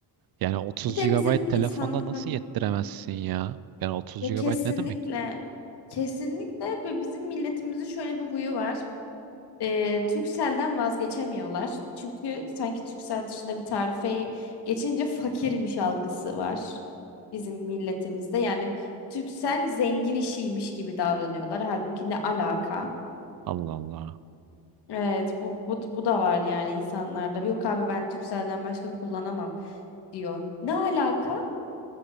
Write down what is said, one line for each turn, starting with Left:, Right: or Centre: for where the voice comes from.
Right: Yani 30
Left: Bir de
Right: gigabayt
Left: bizim insanların
Right: telefonda nasıl yettiremezsin ya? Yani 30
Left: ya
Right: gigabayt
Left: kesinlikle
Right: ne demek?
Left: kesinlikle ve bizim milletimizin şöyle bir huyu var. e, Turkcell'den vazgeçemiyorlar. Çünkü sanki Turkcell dışında bir tarifeyi geçince fakirmiş algısı var bizim milletimizde. Yani Turkcell zengin işiymiş gibi davranıyorlar. Halbuki ne alaka?
Right: Allah Allah.
Left: Evet bu, bu, bu da var yani insanlarda. Yok abi ben Turkcell'den başka kullanamam diyor. Ne alaka?